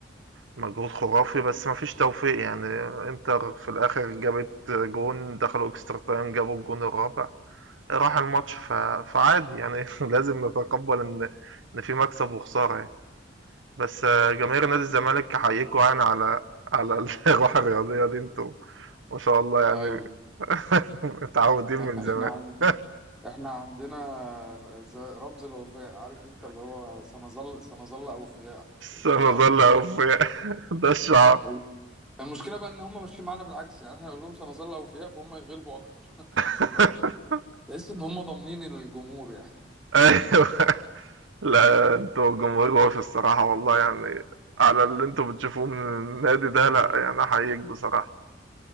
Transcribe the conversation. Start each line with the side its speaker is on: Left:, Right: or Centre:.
Right: مجهود خرافي، بس ما فيش توفيق يعني إنتر في الآخر جابت جون دخلوا extra time جابوا الجون الرابع، راح الماتش ف فعادي يعني <laughs> لازم نتقبّل إن إن في مكسب وخسارة يعني. بس آه، جماهير نادي الزمالك أحييكوا يعني على على <laughs> الروح الرياضية دي انتوا ما شاء الله يعني
Centre: ايوه
Right: <laughs> متعودين
Centre: <laughs>
Right: من
Centre: احنا
Right: زمان
Centre: عن...
Right: <laughs>
Centre: احنا عندنا ز- رمز الوفاء عارف انت اللي هو سنظل سنظل اوفياء الى
Right: سنظل
Centre: الابد
Right: أوفياء <laughs> ده الشعار
Centre: أو- المشكله بقى ان هم ماشيين معانا بالعكس يعني احنا نقول لهم سنظل اوفياء فهم يتغلبوا اكتر <laughs> خد
Right: <laughs>
Centre: بالك تحس ان هم ضامنين الجمهور يعني
Right: ايوه لا انتوا جمهور وافي الصراحة والله يعني على اللي انتوا بتشوفوه من النادي ده لا يعني احييك بصراحة